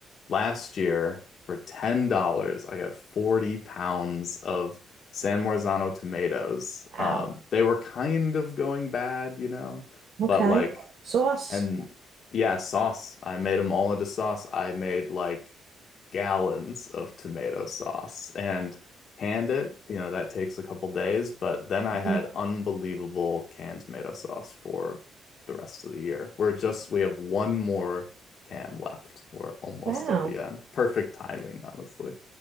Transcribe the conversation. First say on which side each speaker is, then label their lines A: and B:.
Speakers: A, on the left; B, on the right.
A: last year for $10, I got 40 pounds of San Marzano tomatoes.
B: Wow.
A: Um, they were kind of going bad, you know,
B: Okay.
A: but like
B: Sauce.
A: and yeah, sauce. I made them all into sauce. I made like gallons of tomato sauce and canned it. You know, that takes a couple days, but then I
B: Mhm.
A: had unbelievable canned tomato sauce for the rest of the year. We're just, we have one more can left. We're almost
B: Wow.
A: at the end. Perfect timing, honestly.